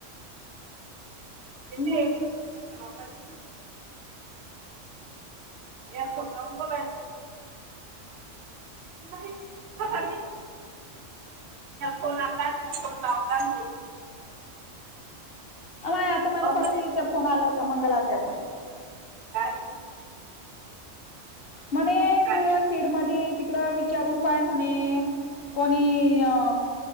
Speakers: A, on the left (about 50°); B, on the right (about 60°).
A: हम
B: ते कुणाच्या बापाचे एरपटंग का नाही आता कोण आता नाही कोण लावला बून
A: अय आता मला परत
B: की ते
A: इचा फोन आला होता मंगल आ त्याचा
B: काय
A: म्हणे
B: काय
A: तू या फीड मध्ये तिकड विचारून पाय म्हणे कोणी अ